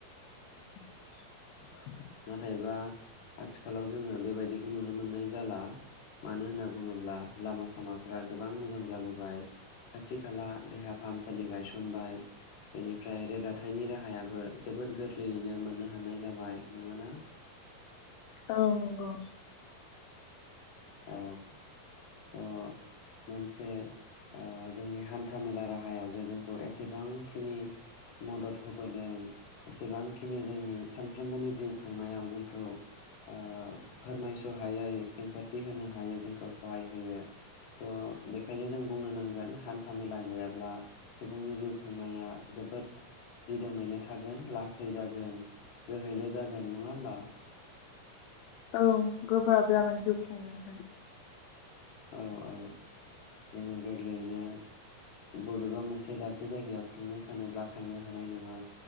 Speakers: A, on the left; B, on the left.
A: <inaudible>
B: नाथायबा आथिखालाव जोङो बेबायदिखौ नुनो मोननाय जाला मानो होनना बुङोब्ला लामा सामाफ्रा गोबां मोजां जाबोबाय खाथि खाला देहा फाहामसालि गायसनबाय बेनिफ्राय रोगाथाइनि राहायाबो जोबोद गोरलैयैनो मोननो हानाय जाबाय। नङाना?
A: औ नंगौ।
B: औ। थ' मोनसे ओ जोंनि हान्था मेला राहाया जे जोंखौ एसेबांखिनि मदद होबोदों एसेबांखिनि जोंनि सानफ्रोमबोनि जिउ खांनायाव जोंखौ ओ फोरमायस' हायै खेंफोरथि होनो हायै जोंखौ सहाय होयो। थ' बेखायनो जों बुंनो नांगोन हान्था मेला गैयाब्ला सुबुंनि जिउ खांनाया जोबोद दिदोमैनो थागोन लासै जागोन गोहैलो जागोन नङा होमबा?
A: औ गोब्राब जागोन जिउ खुंनायावहाय।
B: औ औ जोङो गोरलैयैनो बबेबा मोनसे दाबसे जायगायाव थांनो सानोब्ला थांनो हानाय नङा